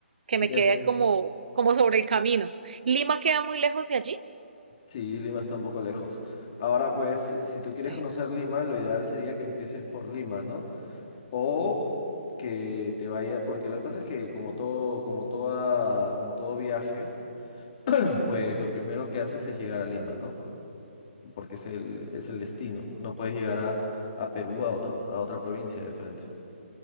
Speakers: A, on the right; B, on the left.
A: Que
B: De-
A: me quede como, como sobre el camino. ¿Lima queda muy lejos de allí?
B: Sí, Lima está un poco lejos. Ahora, pues, si, si tú quieres
A: Ok.
B: conocer Lima, lo ideal sería que empieces por Lima, ¿no? O que te vaya, porque lo que pasa es que como todo, como toda, como todo viaje, <clears throat> pues lo primero que haces es llegar a Lima, ¿no? Porque es el, es el destino. No puedes llegar a, a Perú, a otro, a otra provincia de frente.